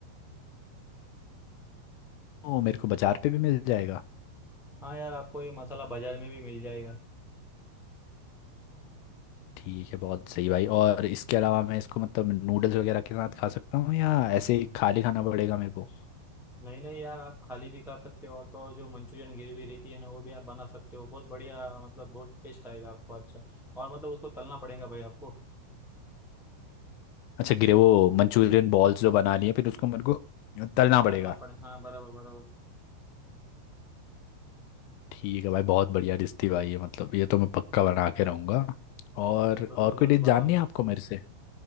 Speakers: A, on the left; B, in the centre.
A: वो मेरे को बाजार पे भी मिल जाएगा
B: हाँ यार आपको ये मसाला बाजार में भी मिल जाएगा
A: ठीक है बहुत सही भाई और इसके अलावा मैं इसको मतलब नूडल्स वगैरह के साथ खा सकता हूँ या ऐसे ही खाली खाना पड़ेगा मेरे को
B: नहीं नहीं यार आप खाली भी खा सकते हो और तो और जो मंचूरियन ग्रेवी रहती है ना वो भी आप बना सकते हो बहुत बढ़िया मतलब बहुत टेस्ट आएगा आपको अच्छा और मतलब उसको तलना पड़ेगा भाई आपको
A: अच्छा गिरे वो मंचूरियन बॉल्स जो बना लिए फिर उसको मेरे को तलना
B: तलना
A: पड़ेगा
B: पड़े हाँ बराबर बराबर
A: ठीक है भाई बहुत बढ़िया डिश थी भाई ये मतलब ये तो मैं पक्का बना के रहूँगा और
B: जरूर
A: और कोई
B: जरूर
A: डिश
B: बनाओ
A: जाननी
B: यार
A: है आपको मेरे से